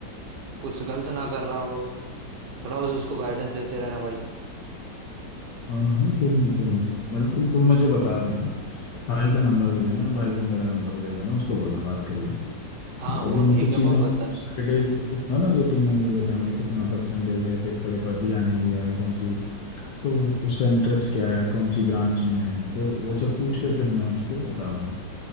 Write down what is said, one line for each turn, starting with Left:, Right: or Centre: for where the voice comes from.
Right: कुछ गलत ना कर रहा हो थोड़ा बस उसको गाइडेंस देते रहना भाई
Left: हाँ हाँ क्यों नहीं क्यों नहीं बिल्कुल तुम मुझे बता देना भाई का नंबर दे देना भाई को मेरा नंबर दे देना उसको बोलना बात कर ले
Right: हाँ
Left: तो
Right: वो
Left: अभी मैं
Right: ठीक
Left: कुछ
Right: है
Left: चीज़ों
Right: मैं बता
Left: डिटेल पूछूंगा ना जो तुमने नहीं बताया मतलब कितना परसेंटेज है पेपर पर दिया नहीं दिया है कौन सी तो उसका इंटरेस्ट क्या है कौन सी ब्रांच में है तो वो सब पूछ के फिर मैं उसको बताऊंगा